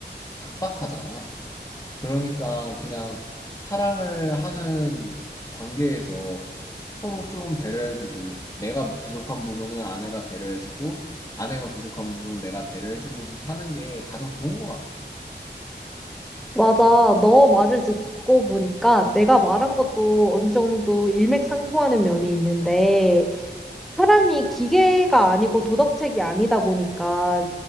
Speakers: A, on the left (about 20°); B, in the centre.
A: 각박하잖아. 그러니까 그냥 사랑을 하는 관계에서 서로 좀 배려해주고 내가 부족한 부분은 아내가 배려해주고 아내가 부족한 부분은 내가 배려해주면서 사는 게 가장 좋은 것 같아.
B: 맞아. 너 말을 듣고 보니까 내가 말한 것도 어느 정도 일맥상통하는 면이 있는데 사람이 기계가 아니고 도덕책이 아니다 보니까